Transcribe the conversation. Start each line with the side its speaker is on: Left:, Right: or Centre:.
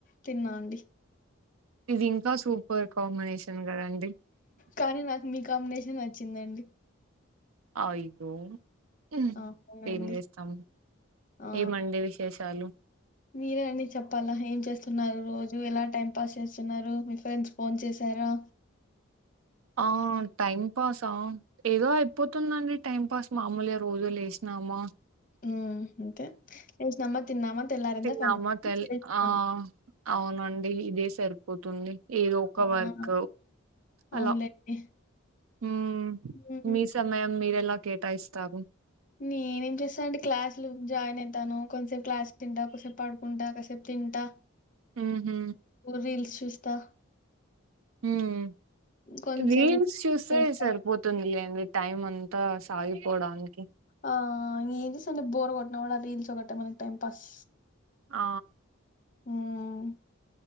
Left: తిన్నా అండి
Right: ఇది ఇంకా సూపర్ కాంబినేషన్ కదండి
Left: కానీ నాకు మీ కాంబినేషన్ నచ్చిందండి
Right: ఐ డోమ్ ఉ
Left: ఆ! అవునండి.
Right: ఏం జేస్తాము
Left: ఆ!
Right: ఏమండి విశేషాలు
Left: మీరే అండి చెప్పాలా ఏం చేస్తున్నారు రోజు ఎలా టైం పాస్ చేస్తున్నారు మీ ఫ్రెండ్స్ ఫోన్ చేసారా
Right: ఆ టైమ్ పాస్ ఆ ఏదో అయిపోతుందండి టైం పాస్ మామూలుగా రోజు లేశినామా
Left: ఉ అంతే లేసినామా తిన్నామా తెల్లారందా
Right: తిన్నామా
Left: పండుకుని
Right: తెల్
Left: లేశ్నాం
Right: ఆ! అవునండి ఇదే సరిపోతుంది ఏదో ఒక
Left: ఆ!
Right: వర్క అలా
Left: అవునులేండి.
Right: హమ్
Left: హ్మ్.
Right: మీ సమయం మీరెలా కేటాయిస్తారు
Left: నేనేం చేస్తా అండి క్లాసులు జాయిన అయితాను కొంతసేపు క్లాస్ తింటా కొసేపు పడుకుంటా కాసేపు తింటా
Right: ఉహు
Left: ఓ రీల్స్ చూస్తా
Right: ఉమ్
Left: కొంతసేపు
Right: రీల్స్ చూస్తే
Left: చేస్తా.
Right: సరిపోత్ తుంది అండి టైం అంతా సాగిపోవడానికి
Left: ఆ ఏం చేస్తామండి బోర్ కొట్టిన కూడా రీల్స్ ఒకటే మనకు టైం పాస్
Right: ఆ
Left: ఉమ్